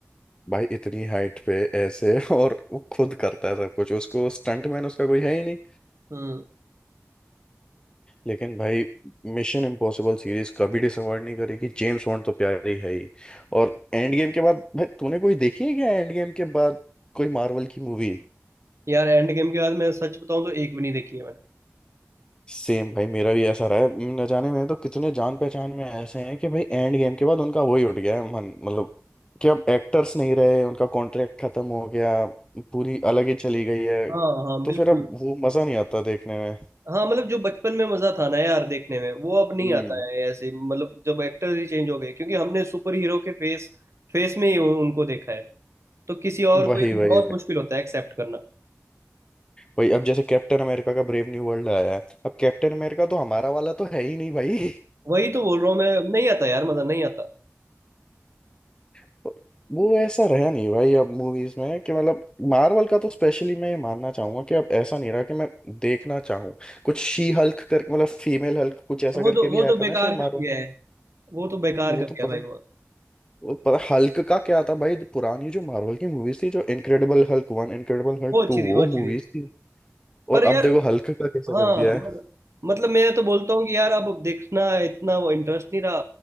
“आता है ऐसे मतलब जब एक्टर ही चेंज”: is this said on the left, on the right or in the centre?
Right